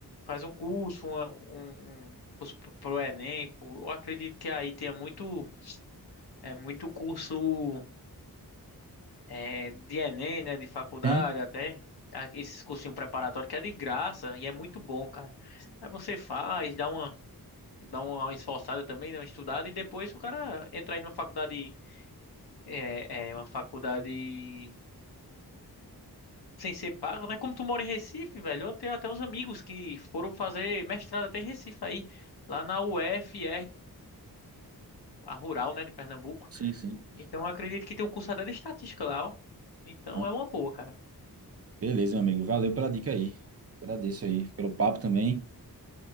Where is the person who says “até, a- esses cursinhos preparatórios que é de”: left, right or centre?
Left